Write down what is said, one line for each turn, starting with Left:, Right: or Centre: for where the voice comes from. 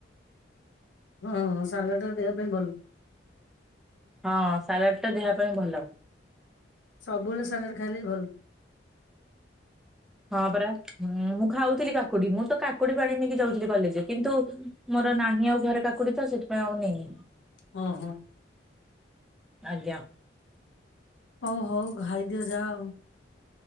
Left: ହଁ ହଁ ସାଲାଡ଼ଟା ଦେହ ପାଇଁ ଭଲ।
Centre: ହଁ ସାଲାଡ଼ ଟା ଦେହ ପାଇଁ ଭଲ।
Left: ସବୁବେଳେ ସାଲାଡ଼ ଖାଇଲେ ବି ଭଲ।
Centre: ହଁ ପରା ମୁଁ ଖାଉଥିଲି କାକୁଡି। ମୁଁ ତ କାକୁଡି ପାଣି ନେଇକି ଯାଉଥିଲି କଲେଜ କିନ୍ତୁ, ମୋର ନାହିଁ ଆଉ ଘରେ କାକୁଡ଼ି ତ ସେଥିପାଇଁ ଆଉ ନେଇନି।
Left: ହଁ ହଁ।
Centre: ଆଜ୍ଞା।
Left: ହଉ ହଉ ଘାଇଦିଅ ଯା ଆଉ।